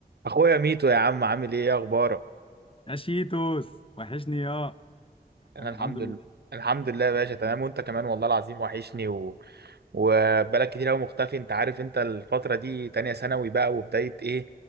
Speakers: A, on the right; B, on the left.
A: اخويا ميتو يا عم عامل ايه إيه اخبارك
B: يا شيتوس وحشني يا
A: انا
B: انا
A: الحمد
B: الحمد لله
A: لله الحمد لله يا باشا تمام وانت كمان والله العظيم وحشني و... وبقالك كتير قوي مختفي انت عارف انت الفترة دي تانية ثانوي بقى وبداية ايه